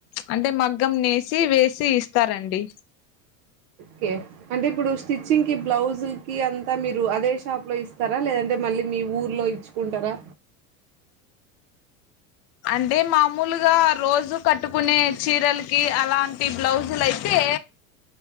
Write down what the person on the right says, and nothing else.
కే అంటే ఇప్పుడు స్టిచ్చింగ్ కీ బ్లౌజుల్ కి అంతా మీరు అదే షాప్ లో ఇస్తారా లేదంటే మళ్ళీ మీ ఊర్లో ఇచ్చుకుంటారా